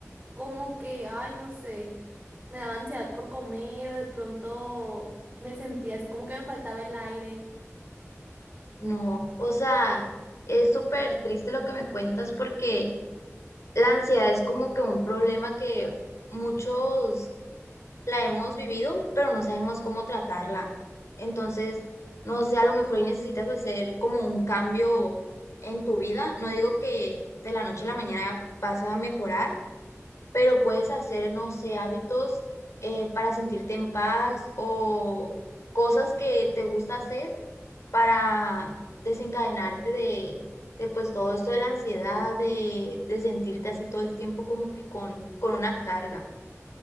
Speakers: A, on the right; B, on the left.
A: como que, ay, no sé, me daba ansiedad por comer o de pronto me sentía así como que me faltaba el aire.
B: No, o sea, es súper triste lo que me cuentas porque la ansiedad es como que un problema que muchos la hemos vivido, pero no sabemos cómo tratarla. Entonces, no sé, a lo mejor ahí necesitas hacer como un cambio en tu vida. No digo que de la noche a la mañana vas a mejorar, pero puedes hacer, no sé, hábitos eh, para sentirte en paz o cosas que te gusta hacer para desencadenarte de, de pues todo esto de la ansiedad, de, de sentirte así todo el tiempo como que con, con una carga.